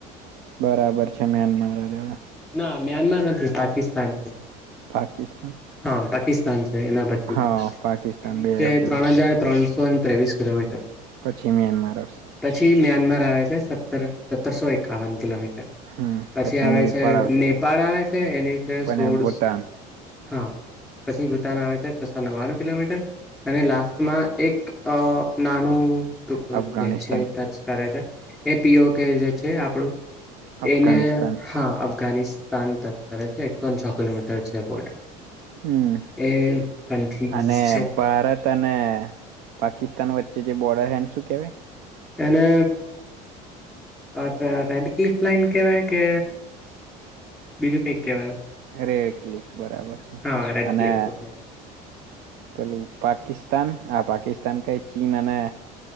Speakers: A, on the right; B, in the centre.
A: બરાબર છે મ્યાનમાર <unintelligible>
B: ના મ્યાનમાર નથી પાકિસ્તાન છે.
A: પાકિસ્તાન
B: હા પાકિસ્તાન છે એના પછી
A: હા પાકિસ્તાન
B: એની
A: બે
B: છે
A: આવ પેલું
B: ત્રણ હજાર ત્રણસો ત્રેવીસ કિલોમીટર
A: પછી મ્યાનમાર આવશે.
B: પછી મ્યાનમાર આવે છે સત્તર સત્તરસો એકાવન કિલોમીટર.
A: હમ્મ પછી
B: આવે છે
A: આવે
B: નેપાળ આવે છે એની છે
A: પણ
B: સોળ
A: ભૂટાન
B: હા પછી ભૂતાન આવે છે છસો નવ્વાણું કિલોમીટર. અને લાસ્ટમાં એક અ નાનું ટુકડું
A: અફઘાનિસ્તાન
B: જે છે ટચ કરે છે એ પીઓ કે જે છે આપણું
A: અફઘાનિસ્તાન
B: એને હા અફઘાનિસ્તાન ટચ કરે છે એકસોને છ કિલોમીટર છે બોર્ડર
A: હમ્મ
B: એ કન્ટ્રીઝ
A: અને
B: છે
A: ભારત ને પાકિસ્તાન વચ્ચે જે બોર્ડર હ એને શું કેહેવાય
B: એને અ રેડ કલીફ લાઇન કેવાય કે બીજું કઈક કેવાય
A: રેડ ક્લિક બરાબર છે
B: હા રેડ
A: અને
B: ક્લિફ ઓકે
A: પેલું પાકિસ્તાન આ પાકિસ્તાન કઈ ચીન અને